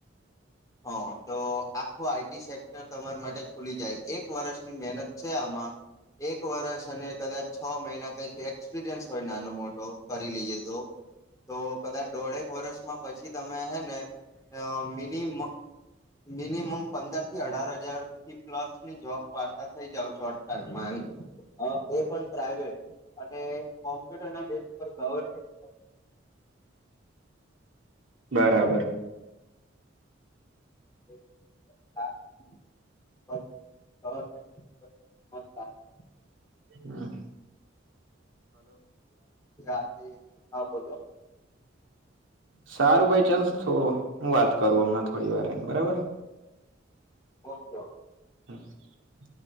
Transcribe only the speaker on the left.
હહ તો આખું આઈ ટી સેક્ટર તમાર માટે ખુલી જાય. એક વર્ષની મહેનત છે આમાં, એક વર્ષ અને કદાચ છ મહિના કંઈક એક્સપિરિયન્સ હોય નાનો મોટો કરી લઈએ તો તો કદાચ દોઢેક વર્ષમાં પછી તમે હે ને અહ મિનિમમ-મિનિમમ પંદર થી અઢાર હજારથી પ્લસ ની જોબ પાળતા થઈ જાવ છો <unintelligible> એમ. અહ એ પણ પ્રાઈવેટ, અને કોમ્પ્યુટર ના બેઝ ઉપ ગવર્મેન્ટ <unintelligible>
આ <inaudible>
<inaudible> હા બોલો.
ઓકે-ઓકે.